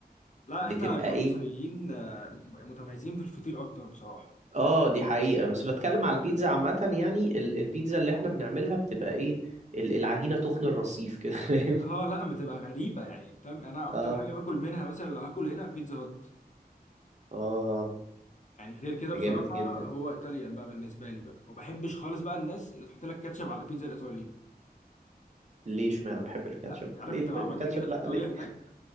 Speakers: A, on the left; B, on the right.
A: لا
B: بتبقى
A: احنا كمصريين
B: ايه
A: آه، متميزين في الفطير اكتر بصراحه
B: اه دي حقيقة بس بتكلم على البيتزا عامة يعني ال- البيتزا اللي احنا بنعملها بتبقى ايه ال- العجينة تخن الرصيف كده <laughs> فاهم
A: اه لا بتبقى غريبه يعني فاهم انا اكتر
B: اه
A: حاجه باكل منها مثلا لو هاكل هنا بيتزا هات
B: اه
A: يعني غير كده
B: ده
A: بصراحة
B: جامد جدا
A: هو ايطاليان بقى بالنسبة لي بقى وما بحبش خالص بقى الناس اللي تحط لك كاتشب على البيتزا الايطالي دي
B: ليه اشمعنى انا بحب الكاتشب
A: لا انت عارف
B: ليه
A: انت
B: الب-
A: لو عملت
B: الكاتشب
A: كده في
B: لا
A: ايطاليا
B: ليه
A: هناك
B: <laughs>